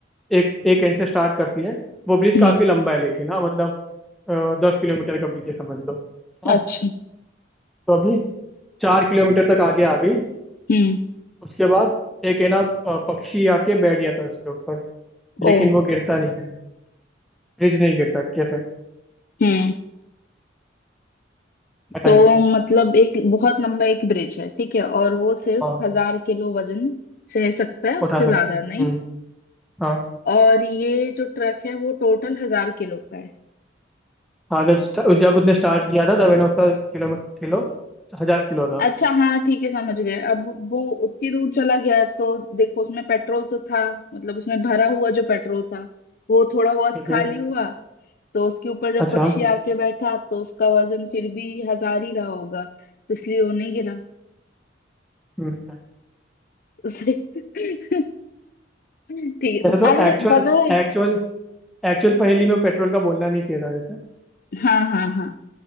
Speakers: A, in the centre; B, on the left (about 50°).
A: एक एक एंड से स्टार्ट करती है वो ब्रिज
B: हम्म
A: काफ़ी लंबा है लेकिन हाँ मतलब दस किलोमीटर का ब्रिज है समझ लो हाँ
B: अच्छा
A: तो अभी चार किलोमीटर तक आगे आ गई
B: हम्म
A: उसके बाद एक है ना अ, पक्षी आके बैठ गया था उसके ऊपर लेकिन
B: ओ
A: वो गिरता नहीं है फ्रिज नहीं गिरता कैसे
B: हम्म
A: बताइए
B: तो मतलब एक बहुत लंबा एक ब्रिज है ठीक है और वो सिर्फ
A: हाँ
B: हजार किलो वजन सह सकता है उससे
A: उठा
B: ज्यादा
A: सकते
B: नहीं
A: हम्म हाँ
B: और ये जो ट्रक है वो टोटल हजार किलो का है
A: हाँ जब स्ट- जब उसने स्टार्ट किया था तब है ना उसका किलोमीटर किलो हजार किलो था
B: अच्छा हाँ ठीक है समझ गए अब वो उतनी दूर चला गया तो देखो उसमें पेट्रोल तो था मतलब उसमें भरा हुआ जो पेट्रोल था वो थोड़ा बहुत
A: ठीक
B: खाली
A: है
B: हुआ तो उसके ऊपर जब
A: अच्छा
B: पक्षी आके बैठा तो उसका वजन फिर भी हजार ही रहा होगा तो इसलिए वो नहीं गिरा
A: हम्म
B: उसे <laughs> ठीक
A: वैसे
B: है
A: तो
B: अरे
A: एक्चुअल
B: पता है
A: एक्चुअल एक्चुअल पहेली में पेट्रोल का बोलना नहीं चाहिए था वैसे
B: हाँ हाँ हाँ